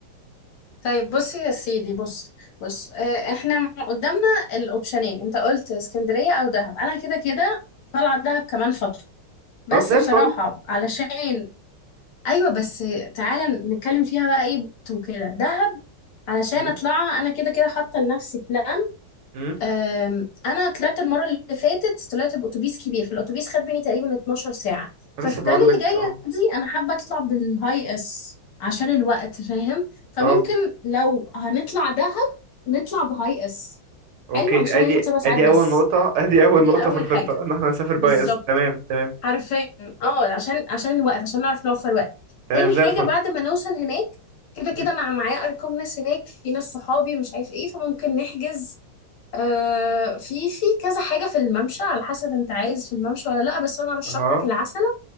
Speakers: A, on the left; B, on the right.
A: طيب بصي يا سيدي بص بص آه، احنا قدامنا الاوبشنين انت قلت اسكندرية او دهب انا كده كده طالعة دهب كمان فترة بس
B: طب زي
A: بصراحة
B: الفل
A: علشان ايوه بس تعالى نتكلم فيها بقى ايه وكده دهب علشان
B: امم
A: اطلعها انا كده كده حاطة لنفسي بلان
B: امم
A: أم، انا طلعت المره اللي فاتت طلعت باتوبيس كبير فالاتوبيس خد مني تقريبا 12 ساعه
B: لسه
A: ففي
B: بقول
A: بلان اللي
B: لك
A: جايه
B: اه
A: دي انا حابه اطلع بالهاي اس عشان الوقت فاهم فممكن
B: طب
A: لو هنطلع دهب نطلع بهاي اس
B: اوكي
A: حلو علشان
B: ادي
A: هياخد سبع ساعات
B: ادي
A: بس
B: اول نقطة <laughs> ادي اول
A: دي
B: نقطة
A: اول
B: في الخطة
A: حاجه
B: ان احنا نسافر
A: بالظبط
B: باي اس تمام تمام
A: حرفيا اه عشان عشان الوقت عشان نعرف نوفر وقت
B: تمام
A: تاني
B: زي
A: حاجه
B: الفل
A: بعد ما نوصل هناك كده كده
B: مم.
A: انا معايا ارقام ناس هناك في ناس صحابي مش عارف ايه فممكن نحجز آه، في في كذا حاجة في الممشى على حسب انت عايز في الممشى ولا لا بس انا ارشح
B: ها
A: لك العسلة